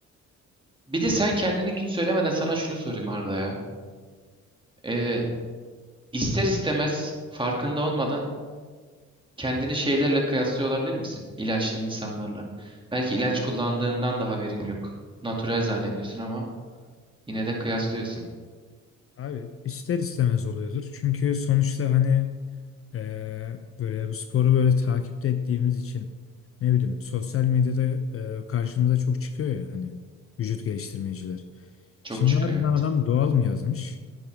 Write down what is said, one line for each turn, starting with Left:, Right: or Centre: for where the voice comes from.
Right: Bir de sen kendininkini söylemeden sana şunu sorayım Arda ya. Ee, ister istemez farkında olmadan kendini şeylerle kıyaslıyor olabilir misin? İlaçlı insanlarla. Belki ilaç kullandığından da haberin yok. Natural zannediyorsun ama yine de kıyaslıyorsun.
Left: Abi ister istemez oluyordur. Çünkü sonuçta hani Ee, böyle bu sporu böyle takipte ettiğimiz için ne bileyim sosyal medyada e, karşımıza çok çıkıyor ya hani vücut geliştirmeciler.
Right: Çok
Left: Şimdi
Right: çıkıyor
Left: harbiden
Right: evet.
Left: adam doğal mı yazmış?